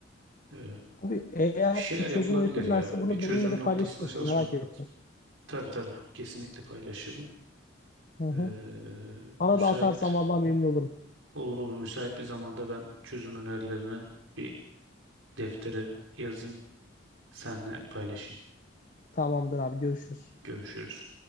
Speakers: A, on the right (about 85°); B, on the left (about 40°).
A: Ee,
B: Abi eğer
A: bir şeyler
B: bir çözüm
A: yapılabilir
B: üretirlerse
A: ya. Bir
B: bunu
A: çözüm
B: benimle de
A: noktasında
B: paylaşır mısın?
A: çalışmak
B: Merak ettim.
A: lazım. Tabii tabii. Kesinlikle paylaşırım.
B: Hı hı.
A: Ee,
B: Bana
A: müsait
B: da atarsan vallahi memnun olurum.
A: olur olur. Müsait bir zamanda ben çözüm önerilerini bir deftere yazayım. Senle paylaşayım.
B: Tamamdır abi görüşürüz.
A: Görüşürüz.